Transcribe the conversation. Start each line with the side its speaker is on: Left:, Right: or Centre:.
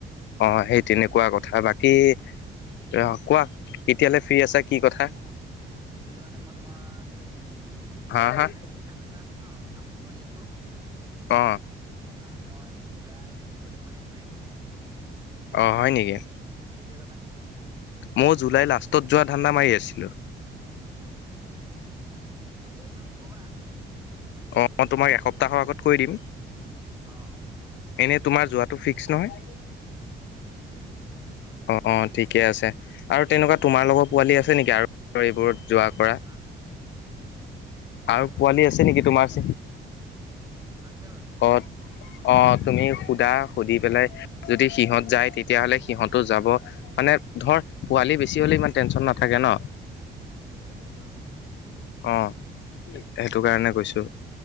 Left: অ সেই তেনেকুৱা কথা বাকী। কী অহ কোৱা কেতিয়ালৈ ফ্ৰী আছা কি কথা।
Right: তেতিয়ালৈ মানে মই তোমাৰ হেৰি। হেৰি
Left: হা
Right: এই
Left: হা
Right: মানে কাম এটা আছে ন, কাম কৰি আছো।
Left: অ
Right: তোমাৰ মই জুলাই পোন্ধৰ তাৰিখ মানে ফ্ৰী হ'ম।
Left: অ হয় নেকি?
Right: তেতিয়া যাবা নেকি?
Left: মই জুলাই লাষ্টত যোৱা ধান্দা মাৰি আছিলো।
Right: যেতিয়া যোৱা মোক ক'বা।
Left: অ তোমাক এসপ্তাহৰ আগত কৈ দিম,
Right: অ অ
Left: এনে তোমাৰ যোৱা। টো ফিক্স নহয়?
Right: Fix fix.
Left: অ অ ঠিকে আছে আৰু তেনেকুৱা তোমাৰ লগৰ পোৱালি আছে নেকি আৰু। ৰিবোৰত যোৱা কৰা।
Right: হা তেনেকুৱা
Left: আৰু
Right: পোৱালি
Left: নেকি
Right: আছে
Left: তোমাৰ
Right: বাৰু আছে বাৰু।
Left: অ অ তুমি। সুদা সুধি পেলাই যদি সিহঁত যায় তেতিয়াহ'লে সিহঁতো যাব মানে ধৰ পোৱালি। বেছি হ'লে ইমান টেনশন নাকে ন।
Right: সেইটোতো
Left: অ সেইটো কাৰণে কৈছো